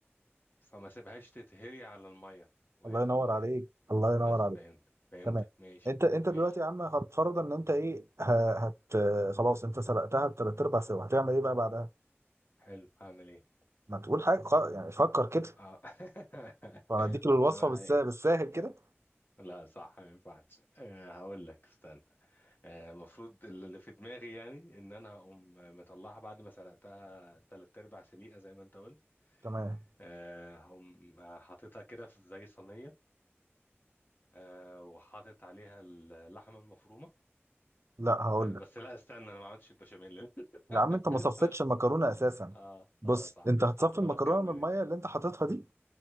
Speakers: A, on the left; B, on the right.
A: فما سيبهاش تتهري على المية وهي
B: الله ينور
A: في المية
B: عليك الله
A: بس
B: ينور عليك
A: فهمت فهمتك
B: تمام
A: ماشي
B: انت انت
A: ماشي
B: دلوقتي يا عم هتفرض ان انت ايه ه- هت خلاص انت سلقتها بتلات ارباع سوا هتعمل ايه بقى بعدها؟
A: حلو هعمل ايه
B: ما تقول حاجة خ- يعني فكر كده
A: اه <laughs>
B: وانا اديك الوصفة
A: حط انا
B: بالسهل
A: ايه
B: بالساهل كده
A: لا صح ما ينفعش آه، هقول لك استنى آه، المفروض اللي في دماغي يعني ان انا هقوم مطلعها بعد ما سلقتها تلات ارباع سليقه زي ما انت قلت
B: تمام
A: آه، هقوم حاططها كده في زي صينيه آه، وحاطط عليها اللحمه المفرومه
B: لا هقول
A: آه،
B: لك
A: بس لا استنى انا ما عملتش البشاميل <laughs>
B: يا عم انت ما
A: لسه
B: صفيتش
A: عندي-
B: المكرونة اساسا
A: اه
B: بص
A: اه صح
B: انت
A: صح
B: هتصفي
A: لا
B: المكرونة
A: انا مكمل
B: من المية
A: انت
B: اللي انت حاططها دي